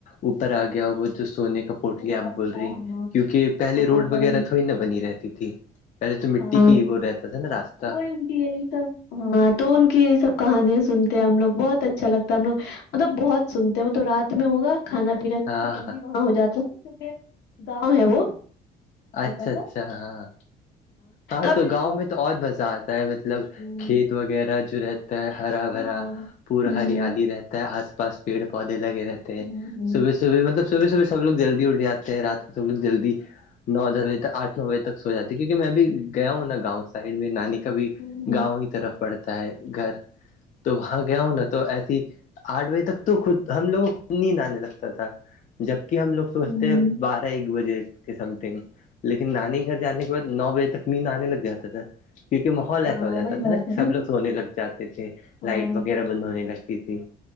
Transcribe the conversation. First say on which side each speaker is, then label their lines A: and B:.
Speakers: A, on the left; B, on the left.
A: اوپر آ گیا وہ جو سونے کا پٹلی
B: ہو سکتا
A: آپ بول رہی
B: ہے ہاں
A: کیونکہ پہلے
B: ہاں
A: روڈ
B: وہی
A: وغیرہ تھوڑی نا بنی رہتی تھی پہلے تو مٹی
B: ہاں
A: کی وہ رہتا تھا نا راستہ
B: تو ان کی یہی سب ہاں تو ان کی یہ سب کہانیاں سنتے ہیں ہم لوگ بہت اچھا لگتا ہے ہم لوگ مطلب بہت سنتے ہیں تو رات میں ہوگا کھانا پینا کا
A: ہاں
B: جلدی
A: ہاں
B: وہاں ہو جاتا نا کیونکہ گاؤں ہے وہ چھوٹا
A: اچھا
B: سا
A: اچھا ہاں ہاں
B: ابھی
A: تو گاؤں
B: بھی وہ
A: میں تو اور مزہ آتا ہے مطلب
B: ہوں،
A: کھیت وغیرہ جو رہتا ہے ہرا بھرا
B: ہاں
A: پورا
B: ہوں
A: ہریالی رہتا ہے آس پا پاس پیڑ پودے لگے رہتے ہیں
B: ہوں ہوں
A: سب صبح مطلب صبح صبح سب لوگ جلدی اٹھ جاتے ہیں رات سب لو جلدی نو دس بجےک آھ نو بجےک سو جاتی کیونک میں بھی گیا ہوں نا گاؤں سائڈ میں نانی کا بھی
B: ہوں
A: گاؤں ہی طرف پڑتا ہے گھر تو وہاں گیا ہوں نا تو ایسی آٹھ بجے تک تو خود ہم لوگوں خود نیند آنے لگتا تھا جبک ہم لوگ سوچتے
B: ہوں
A: ہیں بار ایک بجے کے سم تھنگ لیکن نانی گھر جانے کے بعد نو بجے تک نیند آنے لگ جاتا تھا کیو کے ماحول
B: ہاں
A: ایسا ہو جاتا
B: وہی
A: تھا
B: بات
A: نا
B: ہے
A: سب لوگ سونے لگ جاتے تھے
B: ہاں
A: لائٹ وغیرہ بند ہونے لگتی تھی